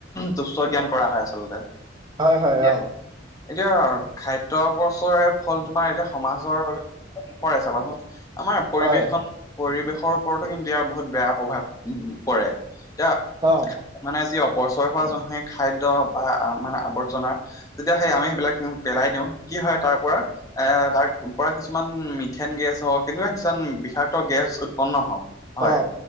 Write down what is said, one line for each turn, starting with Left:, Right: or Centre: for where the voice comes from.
Left: তুচ্ছ জ্ঞান কৰা হয় আচলতে
Right: হয় হয়
Left: এতিয়া
Right: অ
Left: এতিয়া খাদ্য অপচয় ফল তোমাৰ এতিয়া সমাজৰ পৰাই চাবাচোন আমাৰ পৰিৱেশখন
Right: হয়
Left: পৰিৱেশৰ ওপৰতো কিন্তু ইয়াৰ বহুত বেয়া প্ৰভাৱ পৰে এতিয়া
Right: অ
Left: মানে যি অপচয় হোৱা জনহেই খাদ্য বা মানে আৱৰ্জনা তেতিয়া সেই আমি সেইবিলাক পেলাই দিওঁ কি হয় তাৰ পৰা এ তাৰ পৰা কিছুমান মিথেন গেছ হওক তেনেকুৱা কিছুমান বিষাক্ত গেছ উৎপন্ন হওক হয়
Right: অ